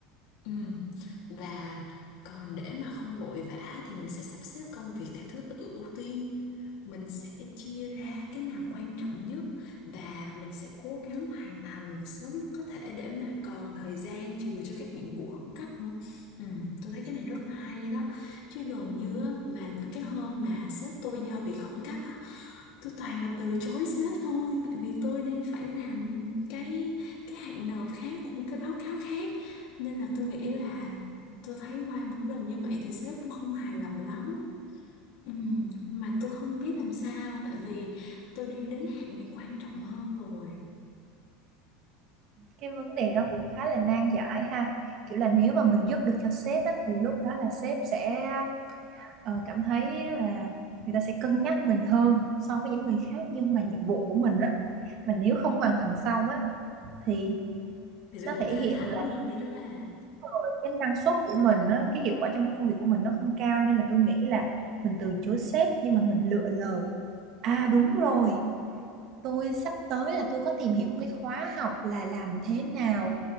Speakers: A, on the left; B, on the right.
A: Ừ. Và còn để mà không vội vã thì mình sẽ sắp xếp công việc theo thứ tự ưu tiên. Mình sẽ chia ra cái nào quan trọng nhất và mình sẽ cố gắng hoàn thành sớm nhất có thể để mà còn thời gian chừa cho các nhiệm vụ khẩn cấp nữa. Ừ, tôi thấy cái này rất là hay đó. Chứ gần như á, mà những cái hôm mà sếp tôi giao việc khẩn cấp á, tôi toàn là từ chối sếp thôi tại vì tôi đang phải làm cái cái hạn nộp khác của một cái báo cáo khác nên là tôi nghĩ là tôi thấy qua một cái lần như vậy thì sếp cũng không hài lòng lắm. Ừm, Mà tôi không biết làm sao tại vì tôi đang đến hạn này quan trọng hơn rồi.
B: Cái vấn đề đó cũng khá là nan giải ha. Kiểu là nếu mà mình giúp được cho sếp á, thì lúc đó là sếp sẽ ờ, cảm thấy là người ta sẽ cân nhắc mình hơn so với những người khác nhưng mà nhiệm vụ của mình á mà nếu không hoàn thành xong á thì
A: Thì tôi
B: nó
A: còn
B: thể
A: thê
B: hiện
A: thảm hơn nữa đó bà.
B: rồi cái năng suất của mình á, cái hiệu quả trong công việc của mình nó không cao nên là tôi nghĩ là mình từ chối sếp nhưng mà mình lựa lời. À
A: Ừ.
B: đúng rồi, tôi sắp tới là tôi có tìm hiểu một cái khóa học là làm thế nào